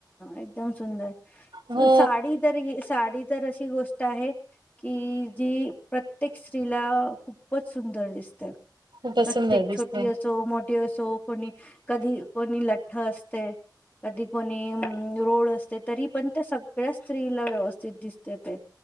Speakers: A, on the left (about 20°); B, on the right (about 75°).
A: एकदम सुंदर
B: हो
A: साडी तर घे साडी तर ती गोष्ट आहे की जी प्रत्येक स्त्रीला खूपच सुंदर दिसतय
B: खूपच
A: प्रत्येक
B: सुंदर दिसते
A: छोटी असो मोठी असो कोणी कधी कोणी लठ्ठ असते. ती कोणी हम् रोड असते, तरी पण त्या सगळ्या स्त्रीला व्यवस्थित दिसते ते